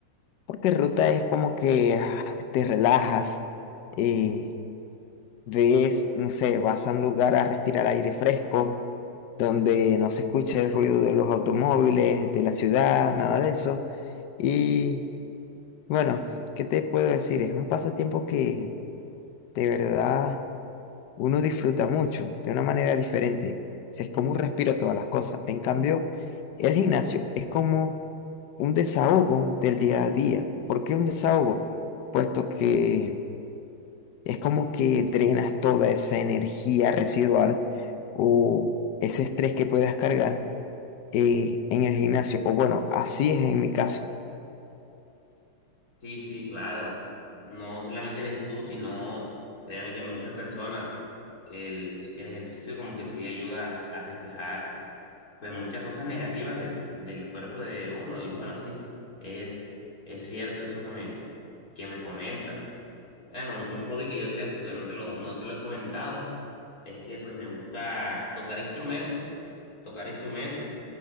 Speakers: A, on the left; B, on the left.
A: porque ruta es como que ah, te relajas, eh, ves, no sé, vas a un lugar a respirar aire fresco, donde no se escucha el ruido de los automóviles, de la ciudad, nada de eso. Y bueno, ¿qué te puedo decir? Es un pasatiempo que de verdad uno disfruta mucho de una manera diferente. O sea, es como un respiro a todas las cosas. En cambio, el gimnasio es como un desahogo del día a día. ¿Por qué un desahogo? Puesto que es como que drenas toda esa energía residual o ese estrés que puedas cargar eh, en el gimnasio. O bueno, así es en mi caso.
B: Sí, sí, claro. No solamente eres tú, sino créeme que muchas personas, el, el ejercicio como que sí ayuda a despejar pues muchas cosas negativas del, del cuerpo de uno. Y bueno, sí, es, es cierto eso que me, que me comentas. Bueno, un hobby que yo tengo, que no te lo, no te lo he comentado, es que pues me gusta tocar instrumentos. Tocar instrumentos